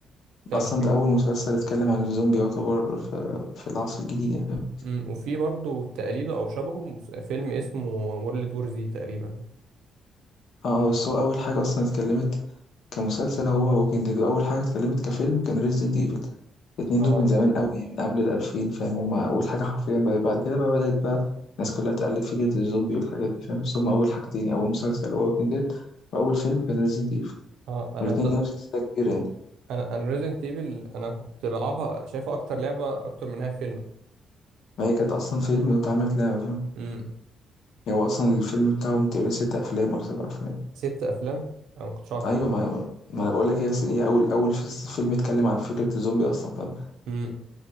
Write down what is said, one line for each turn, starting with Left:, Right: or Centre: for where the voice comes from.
Right: طب
Left: اصلا ده اول مسلسل اتكلم عن الزومبي يعتبر في, في العصر الجديد يعني فاهم
Right: أمم، وفي برضو تقليده او شبهه مس- فيلم اسمه وورلد وور زي تقريبا
Left: اه آه، بس هو اول حاجه اصلا اتكلمت كمسلسل هو ووكينج ديد اول حاجه اتكلمت كفيلم كان ريزيدنت ايفل الاتنين
Right: اه
Left: دول من زمان قوي من قبل الألفين فاهم هما أول حاجة حرفيا بدأت بعد كده بقى بدأت بقى الناس كلها تقلد فكرة الزومبي والحاجات دي فاهم بس هما أول حاجتين يعني، أول مسلسل هو ووكينج ديد وأول فيلم كان ريزيدنت ايفل
Right: اه انا
Left: والاتنين
Right: ده
Left: ليهم سلسلة كبيرة يعني
Right: انا انا ريزنت ايفل انا كنت بلعبها شايفها اكتر لعبه اكتر منها فيلم
Left: ما هي كانت أصلا فيلم واتعملت لعبة فاهم
Right: امم
Left: هو أصلا الفيلم بتاعهم تقريبا ست أفلام ولا سبع أفلام
Right: ست افلام انا ما كنتش عارف
Left: ايوه ما, ما انا بقول لك هي أصل هي اول اول فيس- فيلم اتكلم عن فكره الزومبي اصلا فاهم
Right: امم